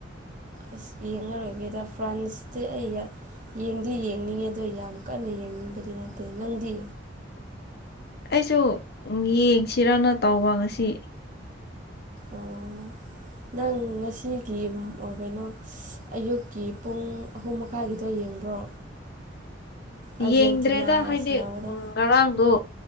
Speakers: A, on the right; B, on the left.
A: ꯑꯁ ꯌꯦꯡꯉꯔꯣꯏꯒꯦꯗ ꯐ꯭ꯔꯥꯟꯁꯇꯤ ꯑꯩ ꯌꯥ ꯌꯦꯡꯗꯤ ꯌꯦꯡꯅꯤꯡꯉꯦ ꯑꯗꯣ ꯌꯥꯝ ꯀꯟꯅ ꯌꯦꯡꯅꯤꯡꯕꯗꯤ ꯅꯠꯇꯦ ꯅꯪꯗꯤ
B: ꯑꯩꯁꯨ ꯎꯝ ꯌꯦꯡꯁꯤꯔꯅ ꯇꯧꯕ ꯉꯁꯤ
A: ꯑꯣ ꯅꯪ ꯉꯁꯤꯒꯤ ꯑ ꯀꯩꯅꯣ ꯑꯌꯨꯛꯀꯤ ꯄꯨꯡ ꯑꯍꯨꯝ ꯃꯈꯥꯏꯒꯤꯗꯣ ꯌꯦꯡꯕ꯭ꯔꯣ ꯑꯥꯔꯖꯦꯟꯇꯤꯅꯥ
B: ꯌꯦꯡꯗ꯭ꯔꯦꯗ ꯍꯥꯏꯗꯤ
A: ꯁꯥꯟꯅꯕꯗꯣ
B: ꯑꯥ ꯉꯔꯥꯡꯗꯣ